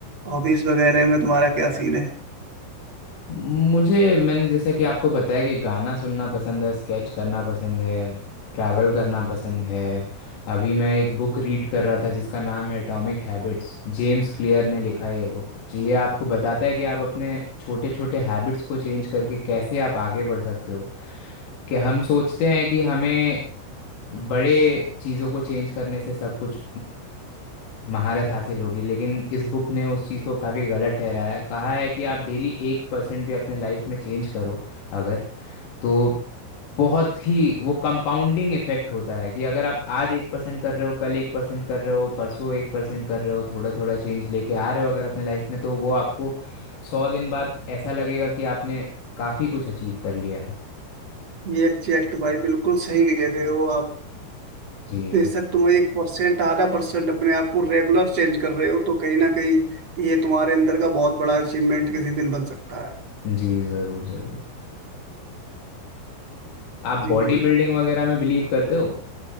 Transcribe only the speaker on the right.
हॉबीज वगैरह में तुम्हारा क्या सीन है
ये एग्जैक्ट भाई बिल्कुल सही कह रहे हो आप
बेशक तुम एक परसेंट आधा परसेंट अपने आप को रेगुलर चेंज कर रहे हो तो कहीं ना कहीं ये तुम्हारे अंदर का बहुत बड़ा अचीवमेंट किसी दिन बन सकता है
जी
जी